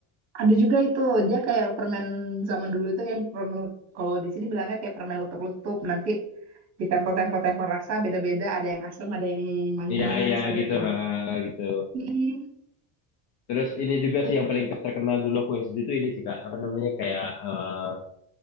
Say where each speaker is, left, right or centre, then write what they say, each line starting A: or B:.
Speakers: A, on the right; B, on the left.
A: ada juga itu. Dia kayak permen zaman dulu itu kayak permen lut- kalau di sini bilangnya kayak permen letup-letup. Nanti ditempel-tempel tempel rasa beda-beda. Ada yang asam, ada yang manis,
B: Iya, iya
A: ada
B: gitu,
A: yang kayak
B: ha,
A: gitu kan.
B: gitu.
A: Mm-mm.
B: Terus ini juga sih
A: Oh,
B: yang paling terkenal dulu aku SD itu ini sih Kak, apa namanya kayak eh,